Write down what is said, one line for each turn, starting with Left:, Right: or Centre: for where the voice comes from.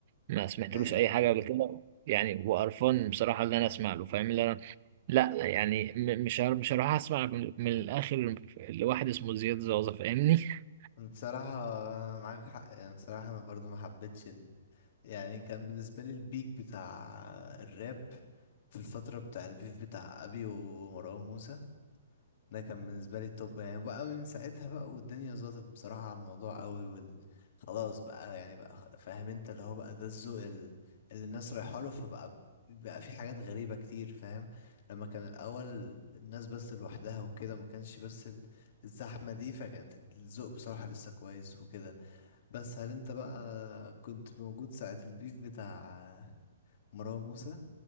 Right: ما سمعتلوش
Left: ايه
Right: أي حاجة قبل كده يعني وقرفان بصراحة اللي أنا أسمع له فاهم اللي أنا لا يعني م- مش هر- مش هروح اسمع من من الاخر لواحد اسمه زياد زوزة فاهمني <laughs>
Left: بصراحة معاك حق يعني بصراحة أنا برضو ما حبيتش يعني كان بالنسبة لي البيك بتاع الراب في الفترة بتاع البيف بتاع أبي ومروان موسى ده كان بالنسبة لي التوب يعني بقى من ساعتها بقى والدنيا ظبطت بصراحة على الموضوع قوي وال... خلاص بقى يعني بقى فاهم انت اللي هو بقى ده الذوق ال- اللي الناس رايحة له فبقى بقى في حاجات غريبة كتير فاهم لما كان الأول الناس بس لوحدها وكده ما كانش بس ال- الزحمة دي فكانت الذوق بصراحة لسه كويس وكده بس هل انت بقى كنت موجود ساعة البيف بتاع مروان موسى